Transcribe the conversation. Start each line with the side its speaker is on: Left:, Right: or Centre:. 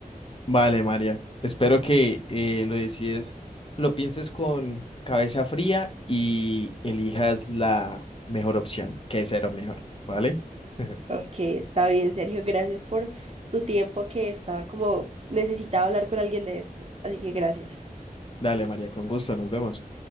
Left: Vale, María. Espero que eh, lo decides, lo pienses con cabeza fría y elijas la mejor opción, que es ser omnívoro, ¿vale? <laughs>
Right: Ok, está bien, Sergio, gracias por tu tiempo que estaba como necesitaba hablar con alguien de esto, así que gracias.
Left: Dale, María, con gusto, nos vemos.